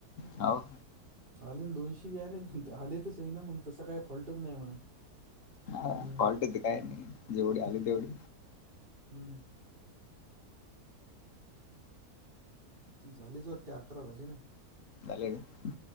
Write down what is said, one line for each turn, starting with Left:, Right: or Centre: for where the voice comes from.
Left: हाव.
Right: आले दोनशे बी आले आलेत सई ना मग तसं काय फॉल्टच नाही म्हणा
Left: हा
Right: हम्म
Left: फॉल्ट ते काय नाही. जेवढी आले तेवढी
Right: हम्म. ती झालीत वाटतं अकरा झाली ना?
Left: झाले का?